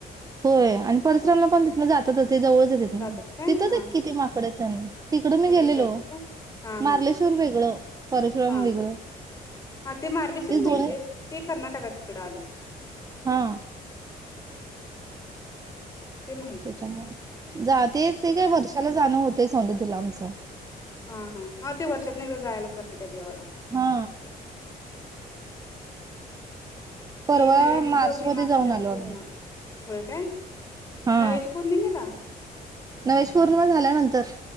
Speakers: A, on the right (about 20°); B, on the left (about 20°).
A: होय आणि परसराम पण तिथन जातातच. ते जवळच येतेत
B: जात्यात
A: ना
B: काय
A: तिथंच
B: हा
A: येत
B: हा
A: कि ते माकडडे ण तिकडं मी
B: तिथंच
A: गेलेलो
B: आहेत काय हा
A: मार्लेश्वर
B: हा
A: वेगळं परशुराम
B: हा
A: वेगळं
B: हा ते मारलेश्वर
A: ते
B: माहित
A: दोन्ही
B: आहे ते कर्नाटकात तिकड आलं.
A: हा
B: ते माहितीये
A: त्याच्यामुळे ते काय वर्षाला जाणं होत. ते सौंदत्ती आमचं
B: हा हा हा ते वर्षात एकदा जायलाच लागते त्या देवाला
A: हा परवा
B: ती नव्याची
A: मार्च
B: पौर्णिमा
A: मध्ये
B: असते
A: जाऊन आलो.
B: तेव्हा.
A: आम्ही
B: होय काय
A: हा
B: नव्याची पौर्णिमेला
A: नवेश पूर्ण झाल्यानंतर